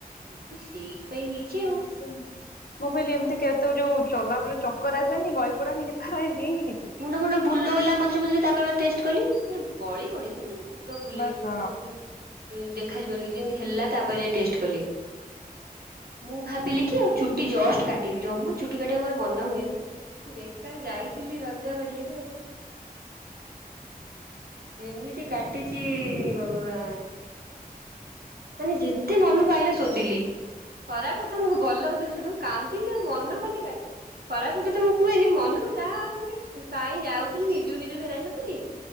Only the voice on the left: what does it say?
ଇ ଶ ମୁଁ କହିଲି ଏମିତି କେତ ଯୋଉ ଚଲା ବୁଲା ଚକର ଆସେନି ଗଳି ପଡନି କେତେଥର ଏମିତି ହେଇନି କିଛି?
ବାସ